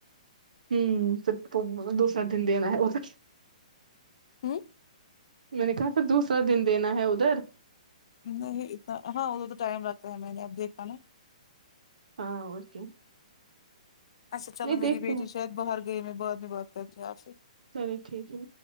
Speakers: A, on the right; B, on the left.
A: ہوں پھر تو دوسرا دن دینا ہے اور کچھ
B: ہوں
A: میں نے کہا پھر دوسرا دن دینا ہے ادھر
B: نہیں اتنا ہاں ادھر تو ٹائم لگتا ہے میں نے اب دیکھا نا
A: ہاں اور کیا
B: اچھا
A: نہیں
B: چلو
A: دیکھتے
B: میری بیٹی
A: ہیں
B: شاید باہر گئی میں بعد میں بات کرتی ہوں آپ سے
A: چلئے ٹھیک ہے